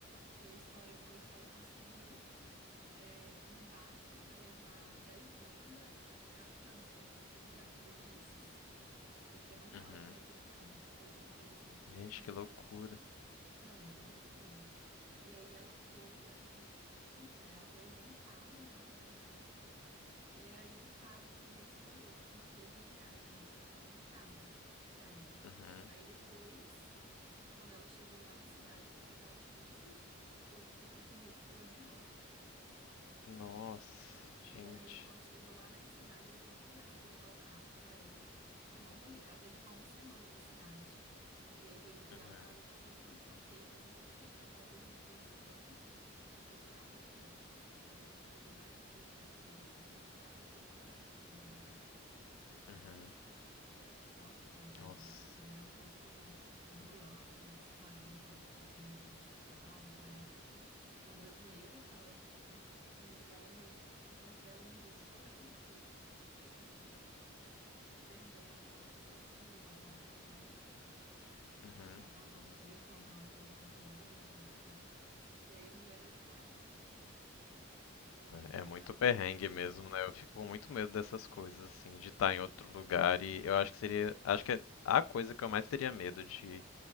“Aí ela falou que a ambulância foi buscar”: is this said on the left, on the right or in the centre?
Right